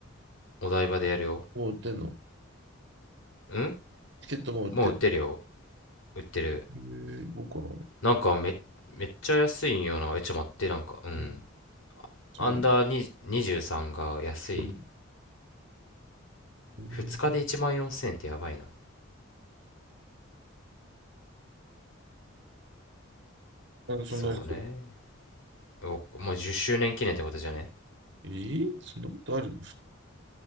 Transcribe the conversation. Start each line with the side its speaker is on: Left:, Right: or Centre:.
Left: お台場でやるよ
Right: もう売ってんの
Left: ん
Right: チケットもう売ってる。
Left: もう売ってるよ売ってる
Right: えー、5個の
Left: なんかめめっちゃ安いんよなえちょっ待ってなんかうん
Right: うん。そうなの。
Left: アンダーに23が安い
Right: うん。うん。
Left: 2日で1万4000ってやばいな
Right: なんでそんなに
Left: そうねおもう10周年記念ってことじゃね
Right: えーそんなことある